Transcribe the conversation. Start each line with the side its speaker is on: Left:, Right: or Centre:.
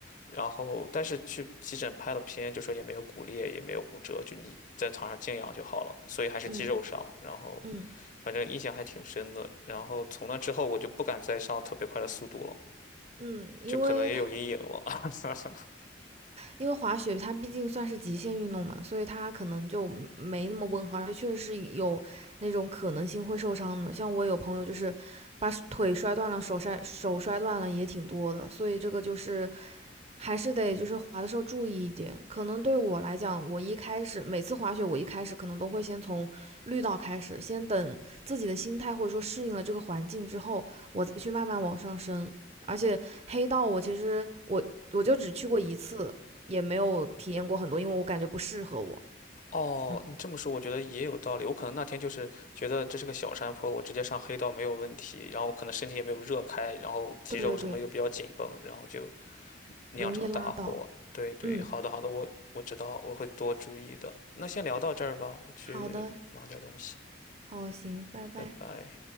Left: 然后但是去急诊拍了片，就说也没有骨裂，也没有骨折，就你在床上静养就好了，所以还是肌肉伤。
Right: 嗯
Left: 然后
Right: 嗯
Left: 反正印象还挺深的。然后从那之后我就不敢再上特别快的速度了，
Right: 嗯，因为他。
Left: 就可能也有阴影了。<laughs>
Right: 因为滑雪它毕竟算是极限运动嘛，所以它可能就没那么温和，而且确实是有那种可能性会受伤的。像我有朋友就是把腿摔断了，手摔手摔断了也挺多的，所以这个就是还是得就是滑的时候注意一点。可能对我来讲，我一开始每次滑雪，我一开始可能都会先从绿道开始，先等自己的心态或者说适应了这个环境之后，我再去慢慢往上升。而且黑道我其实我我就只去过一次，也没有体验过很多，因为我感觉不适合我。
Left: 哦，
Right: 嗯，
Left: 你这么说，我觉得也有道理。我可能那天就是觉得这是个小山坡，我直接上黑道没有问题，然后可能身体也没有热开，然后肌肉什么又比较紧绷，
Right: 对对对，
Left: 然后就酿成大祸。
Right: 容易拉到。
Left: 对对，
Right: 嗯，
Left: 好的好的，我我知道，我会多注意的。那先聊到这儿吧，我去忙点儿东西，
Right: 好的，好，行，拜拜。
Left: 拜拜。